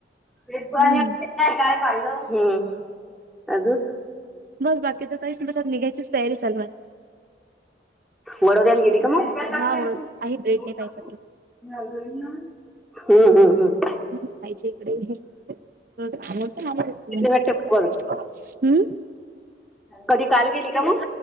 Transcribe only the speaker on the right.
हम्म
बस बाकीच काही नाही. साडेसात निघायचीच तयारी चालू आहे.
हा ओळख
आहे ब्रेड नाही पाहिजे तर
मस्त खायचे इकडे. हा मग.
<unintelligible> हम्